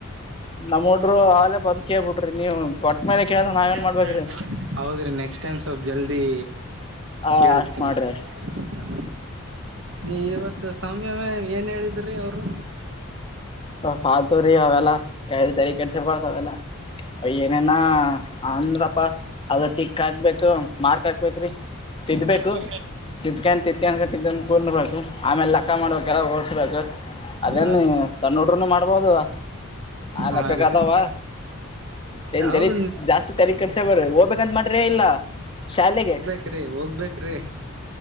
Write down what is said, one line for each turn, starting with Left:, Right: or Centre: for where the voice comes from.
Left: ನಮ್ಮ್ ಹುಡ್ರು ಆಲೆ ಬಂದ್ ಕೇಳ್ಬಿಟ್ರಿ ನೀವ್ ಕೊಟ್ಟ್ಮೇಲೆ ಕೇಳ್ದ ನಾವೇನ್ ಮಾಡ್ಬೇಕ್ರಿ
Right: <unintelligible> ಹೌದ್ರಿ ನೆಕ್ಸ್ಟ್ ಟೈಮ್ಸ್ ಸ್ವಲ್ಪ್ ಜಲ್ದಿ
Left: ಆ
Right: ಕೇಳತೀನಿ.
Left: ಅಷ್ಟ್ ಮಾಡ್ರಿ ಅಷ್ಟ್
Right: ಹ ನೀ ಇವತ್ತು ಸೌಮ್ಯಾ ಮ್ಯಾಮ ಏನ್ ಹೇಳಿದ್ರಿ ಅವರು.
Left: ಫಾಲ್ತು ರೀ ಅವೆಲ್ಲ ಕೇಳಿ ತಲೆ ಕೆಡಿಸ್ಕೋ ಬಾರದ ಅವೆಲ್ಲ. ಏನೇನ್ ಅಂದ್ರಪ್ಪಾ ಅದ ಟಿಕ್ ಹಾಕ್ಬೇಕು ಮಾರ್ಕ್ ಹಾಕ್ಬೇಕ್ರಿ. ತಿದ್ದಬೇಕು
Right: ಹೌದ್ರಿ
Left: ತಿಧಕ್ಯೆನ್ ತಿಧಕ್ಯೆನ್ ತಿದ್ದು ಕು ಆಮೇಲೆ ಲೆಕ್ಕ ಮಾಡ್ಬೇಕೆಲ್ಲ ಓದಸಬೇಕು. ಅದೇನ್
Right: ಹಾ ರೀ
Left: ಸಣ್ಣ ಹುಡರುನು ಮಾಡ್ಬೋದು ಆ
Right: ಹಾ
Left: ಲೆಕ್ಕಾ
Right: ರೀ
Left: ಕೇಳತಾವ ಏನ್
Right: ಯಾವ್ದ
Left: ಜರ ಜಾಸ್ತಿ ತಲೆ ಕೆಡಿಸ್ಕೊ ಬ್ಯಾಡ್ರಿ ಹೋಗ್ಬೇಕಂತ ಮಾಡ್ರಿ ಇಲ್ಲೋ ಶಾಲೆಗೆ
Right: ರಿ ಹೋಗ ಬೇಕರೀ